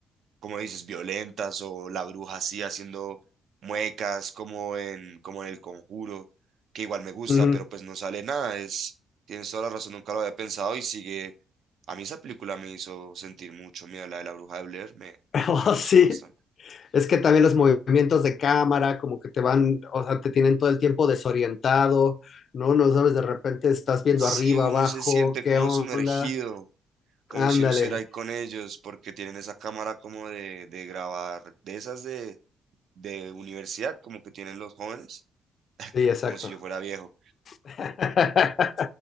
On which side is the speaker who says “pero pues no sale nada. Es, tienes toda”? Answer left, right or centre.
Right